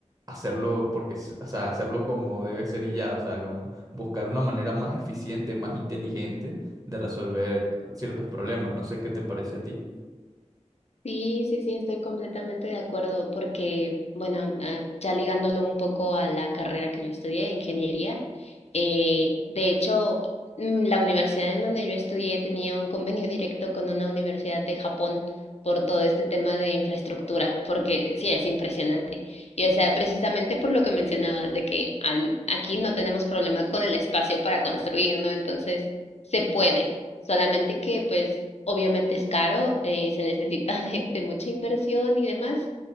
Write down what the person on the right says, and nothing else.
hacerlo porque, s- o sea, hacerlo como debe ser y ya, o sea, como buscar una manera más eficiente, más inteligente de resolver eh, ciertos problemas. No sé qué te parece a ti.